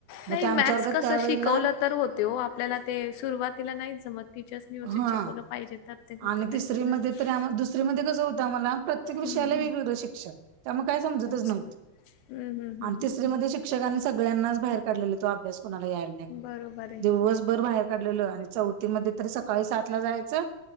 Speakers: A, on the left; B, on the right.
A: नाही
B: मग ते आमच्या
A: मॅथस
B: वर्गात
A: कसं
B: त्यावेेळेला
A: शिकवलं तर होते हो. आपल्याला ते सुरुवातीला नाही जमत. टीचर्स व्यवस्ित
B: हा
A: शिकवलं पाहिजे तर ते होते
B: आणि
A: नाही
B: तिसरीमध्ये
A: नाही होत
B: तर आम्हा दुसरीमध्ये कसं होतं आम्हाला प्रत्येक विषयाला
A: हम्म हम्म
B: वेगवेगळं शिक्षक. त्यामुळे काय समजतच
A: अच्छा
B: नव्हती.
A: हम्म हम्म
B: आणि
A: हम्म
B: तिसरी
A: हम्म हम्म
B: मधे शिक शिक्षकांनी सगळ्यांनाच बाहेर काढलेल. तो अभ्यास कोणाला यायला नाही म्हणून.
A: बरोबर आहे
B: दिवसभर बाहेर काढलेल. चौथीमध्ये तर सकाळी सात ला जायचं.